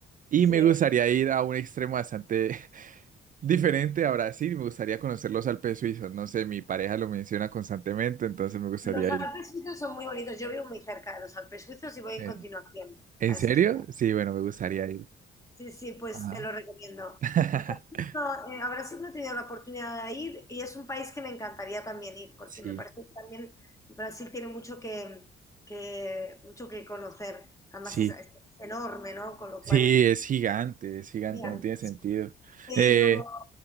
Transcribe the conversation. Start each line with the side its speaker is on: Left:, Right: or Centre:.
Right: Y
Left: Sí.
Right: me gustaría ir a un extremo bastante <laughs> diferente a Brasil, me gustaría conocer los Alpes suizos. No sé, mi pareja lo menciona constantemente, entonces me gustaría
Left: Los Alpes
Right: ir.
Left: suizos son muy bonitos. Yo vivo muy cerca de los Alpes suizos y voy
Right: Eh,
Left: en continuación
Right: ¿en
Left: a
Right: serio?
Left: esquiar.
Right: Sí, bueno, me gustaría ir.
Left: Sí, sí, pues
Right: Ajá.
Left: te lo recomiendo.
Right: <laughs>
Left: Brasil no, eh, a Brasil no he tenido la oportunidad de ir y es un país que me encantaría también ir, porque
Right: Sí,
Left: me parece que también Brasil tiene mucho que, que- mucho que conocer. Además
Right: sí,
Left: es, es enorme, ¿no? Con lo
Right: sí,
Left: cual,
Right: es gigante, es gigante,
Left: gigantesco.
Right: no tiene sentido.
Left: Pero,
Right: Eh,